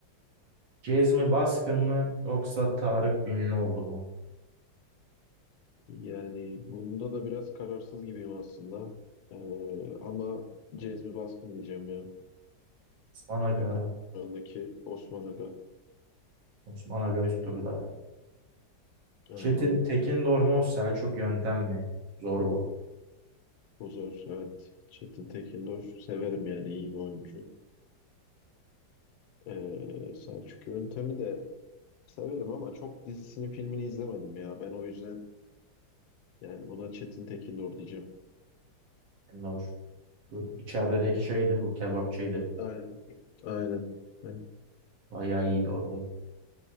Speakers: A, on the right; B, on the left.
A: Cezmi Baskın mı yoksa Tarık Ünlüoğlu mu?
B: Yani bunda da biraz kararsız gibiyim aslında. Ee, ama Cezmi Baskın diyeceğim ya.
A: Osman Aga,
B: Akan Kur'an'daki Osman Aga.
A: Osman Aga üst turda.
B: Aynen.
A: Çetin Tekindor mu Selçuk Yöntem mi? Zor bu.
B: Bu zor. Evet. Çetin Tekindor. Severim yani. iyi bir oyuncu. Ee, Selçuk Yöntem'i de Severim ama çok dizisini filmini izlemedim ya. Ben o yüzden yani buna Çetin Tekindor diyeceğim.
A: Tekindor. Bu içerideki şeydi bu kebapçıydı.
B: Aynen. Aynen. Aynen.
A: Bayağı iyiydi orada.